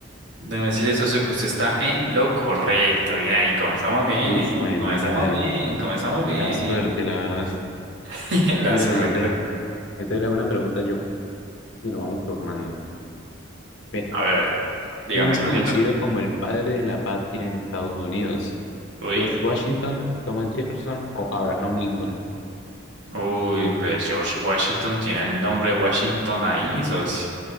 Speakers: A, on the right; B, on the left.
A: Déjame decirle, socio, que usted está en lo correcto. Bien ahí, comenzamos bien,
B: Uf,
A: ¿eh?
B: fue
A: Comenzamos
B: madre,
A: bien, comenzamos bien.
B: la suerte, la verdad. <laughs>
A: <laughs> La
B: Mira,
A: suerte.
B: entonces, entonces le hago una pregunta yo, y nos vamos turnando. Mira.
A: A ver, dígame,
B: quien es
A: socito.
B: conocido como el padre de la patria en Estados Unidos?
A: Uy,
B: ¿George Washington, Thomas Jefferson o Abraham Lincoln?
A: uy, pues George Washington tiene el nombre Washington ahí, socio.